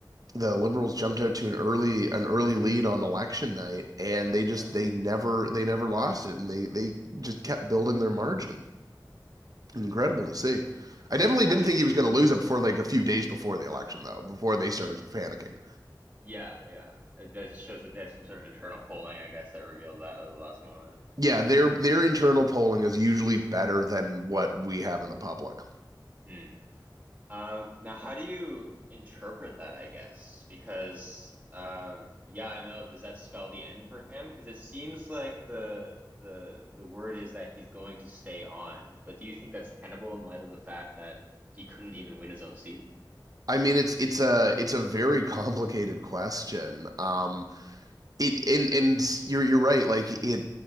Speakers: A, on the right; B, on the right.
A: the Liberals jumped out to an early an early lead on election night and they just
B: Yeah.
A: they never they never lost it and they they just kept building their margin. Incredible to see. I definitely
B: How
A: didn't
B: do
A: think
B: you?
A: he was going to lose it before like a few days before the election, though, before they started panicking.
B: Yeah, yeah. That shows that there's some sort of internal polling, I guess, that revealed that at the last moment.
A: Yeah, their their internal polling is usually better than what we have in the public.
B: Hmm. Um, now how do you interpret that, I guess? Because um yeah, I don't know, does that spell the end for him? Because it seems like the the the word is that he's going to stay on. But do you think that's tenable in light of the fact that he couldn't even win his own seat?
A: I mean, it's it's a it's a very <laughs> complicated question. Um, it and and you're you're right. Like it